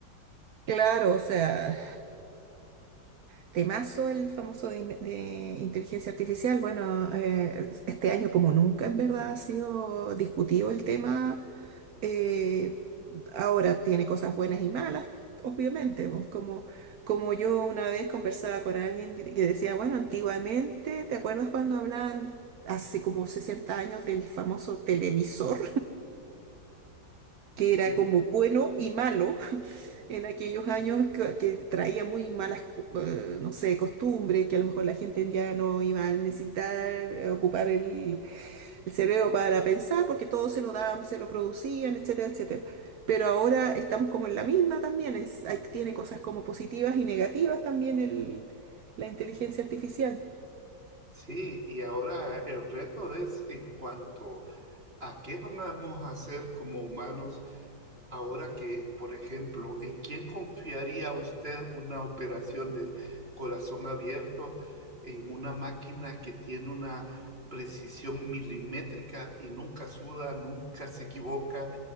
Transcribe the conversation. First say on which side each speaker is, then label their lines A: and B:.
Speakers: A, on the right; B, on the right.
A: Claro, o sea, temazo el famoso de, in- de inteligencia artificial. Bueno, eh, este año como nunca en verdad ha sido discutido el tema. Eh, ahora tiene cosas buenas y malas, obviamente. pues, Como, como yo una vez conversaba con alguien que que decía, bueno, antiguamente, ¿te acuerdas cuando hablaban hace como 60 años del famoso televisor? que era
B: Sí.
A: como bueno y malo <laughs> en aquellos años que, que traía muy malas, eh, no sé, costumbres, que a lo mejor la gente ya no iba a necesitar eh, ocupar el, el cerebro para pensar porque todo se lo daban, se lo producían, etcétera, etcétera. Pero ahora estamos como en la misma también, es, hay- tiene cosas como positivas y negativas también el, la inteligencia artificial.
B: Sí, y ahora el reto es en cuanto a qué vamos a hacer como humanos Ahora que, por ejemplo, ¿en quién confiaría usted una operación de corazón abierto en una máquina que tiene una precisión milimétrica y nunca suda, nunca se equivoca,